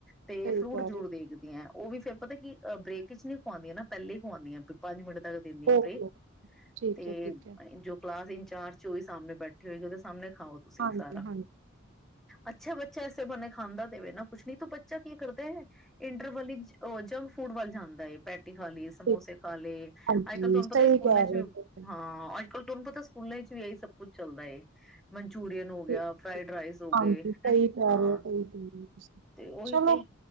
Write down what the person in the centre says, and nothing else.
ਤੇ
ਫਰੂਟ
ਜ਼ਰੂਰ
ਦੇਖਦੀਆਂ ਉਹ ਵੀ ਫਿਰ ਪਤਾ ਕੀ ਬ੍ਰੇਕ ਚ ਨਹੀਂੀ ਖਵਾਉਦੀਆਂ ਨਾ ਪਹਿਲੇ ਹੀ ਖੁਵਾਉਦੀਆਂ ਵੀ ਪੰਜ ਮਿੰਟ ਤ ਦਿੰਦੀਆਂ ਆਪੇ
ਤੇ
ਜੋ ਕਲਾਸ ਇ ਚਾਰ ਚੋ ਹੀ ਸਾਹਮਣੇ ਬੈਠੇ ਹੋਏ ਕਦੇ ਸਮਣੇ ਖਾਓ ਤੁਸੀਂ
ਸਾਰਾ।
ਅੱਛਾ ਬੱਚਾ ਐਸੇ ਬਾਨੇ ਖਾਂਦਾ ਤੇ ਵੇ ਨਾ ਕੁਛ, ਨੀ ਤੋ ਬੱਚਾ ਕੀ ਕਰਦਾ ਏ। ਇੰਟਰਵੱਲ ਈ ਜੰਕ ਫੂਡ ਵੱਲ ਜਾਂਦਾ ਏ। ਪੈਟ ਰੋਟੀ ਖਾ ਲਈ, ਸਮੋਸੇ
ਖਾ ਲਏ,
ਅੱਜ ਕੱਲ ਤੁਹਾਨੂੰ
ਪਤਾ ਸਕੂਲਾਂ
ਚ ਵੀ,
ਹਾਂ। ਅੱਜ <unintelligible> ਤੁਹਾਨੂੰ ਪਤਾ ਸਕੂਲਾਂ ਚ ਵੀ ਆਹੀ ਸਭ ਕੁਛ ਚੱਲਦਾ ਏ। ਮਨਚੂਰੀਅਨ ਹੋ ਗਿਆ
ਫਰਾਈਡ ਰਾਈਸ ਹੋ
ਗਏ
ਹਾਂ
ਤੇ ਉਹੀ
ਤੇ